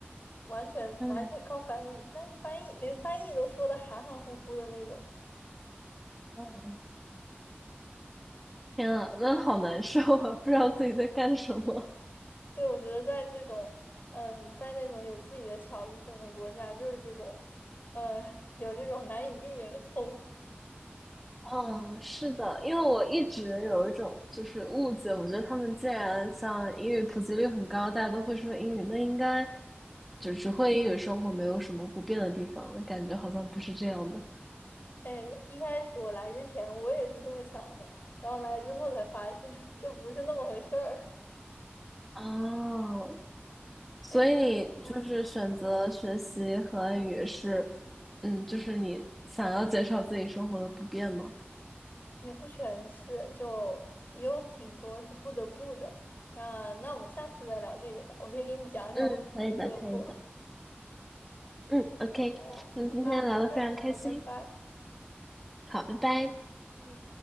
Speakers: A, on the left; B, in the centre.
A: 完全完全靠翻译。
B: 嗯，
A: 但是翻译连翻译都说的含含糊糊的那种。
B: 嗯，天啊，那好难受啊，不知道自己在干什么。<laughs>
A: 对，我觉得在这种，嗯，在那种有自己的小语种的国家，就是这种，嗯，<laughs> 有这种难以避免的痛。
B: 哦，是的，因为我一直有一种就是误解，我觉得他们既然像英语普及率很高，大家都会说英语，那应该就只会英语生活，没有什么不变的地方。那感觉好像不是这样的。
A: 哎，一开始我来之前我也是这么想的，然后来之后才发现 <laughs> 就不是那么回事儿。
B: 哦，所以你就是选择学习荷兰语是，
A: 哎，嗯，
B: 嗯，就是你想要减少自己生活的不便吗？
A: 也不全是，就也有挺多是不得不的。那那我们下次再聊这个吧，我可以给你讲讲为什么不得不。
B: 嗯，可以的，可以的。
A: <laughs>
B: 嗯，OK，
A: 好呀，
B: 那今天聊得非常开心。
A: 那那下次聊，拜拜。
B: 好，拜拜。
A: 嗯。